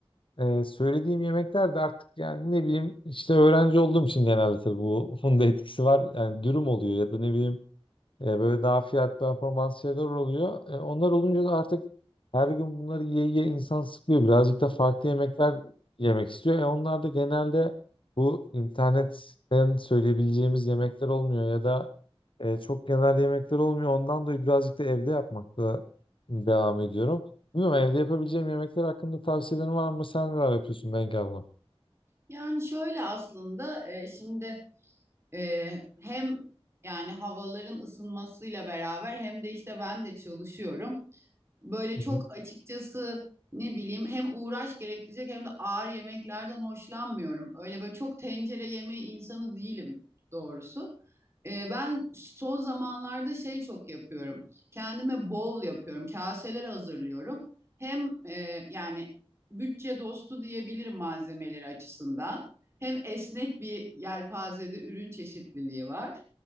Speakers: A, on the left; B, on the right.
A: e, söylediğim yemekler de artık yani ne bileyim işte öğrenci olduğum için genelde tabii bu <laughs> bunun da etkisi var. Yani dürüm oluyor ya da ne bileyim e, böyle daha fiyat performans şeyler oluyor. E, onlar olunca da artık her gün bunları yiye yiye insan sıkıyor. Birazcık da farklı yemekler yemek istiyor. E, onlar da genelde bu internetten söyleyebileceğimiz yemekler olmuyor ya da e, çok genel yemekler olmuyor. Ondan dolayı birazcık da evde yapmakla devam ediyorum. Bilmiyorum evde yapabileceğim yemekler hakkında tavsiyelerin var mı? Sen neler yapıyorsun Bengi abla?
B: Yani şöyle aslında e, şimdi e, hem yani havaların ısınmasıyla beraber hem de işte ben de çalışıyorum. Böyle
A: Hı
B: çok
A: hı.
B: açıkçası ne bileyim hem uğraş gerektirecek hem de ağır yemeklerden hoşlanmıyorum. Öyle böyle çok tencere yemeği insanı değilim doğrusu. Ee, ben son zamanlarda şey çok yapıyorum. Kendime bowl yapıyorum. Kaseler hazırlıyorum. Hem e, yani bütçe dostu diyebilirim malzemeleri açısından. Hem esnek bir yelpazede ürün çeşitliliği var.